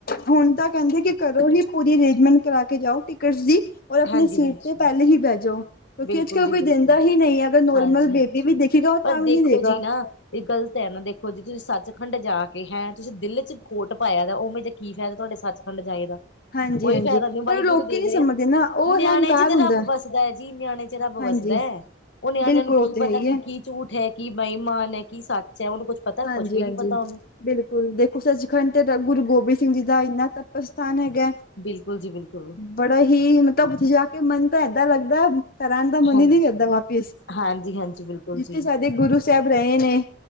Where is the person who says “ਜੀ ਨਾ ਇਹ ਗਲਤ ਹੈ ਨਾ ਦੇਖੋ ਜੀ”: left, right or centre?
Left